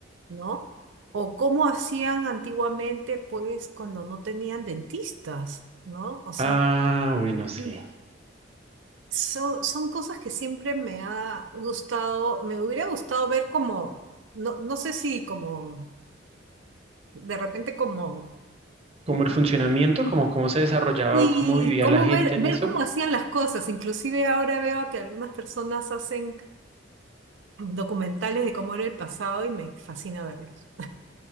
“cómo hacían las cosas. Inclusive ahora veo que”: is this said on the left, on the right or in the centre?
Right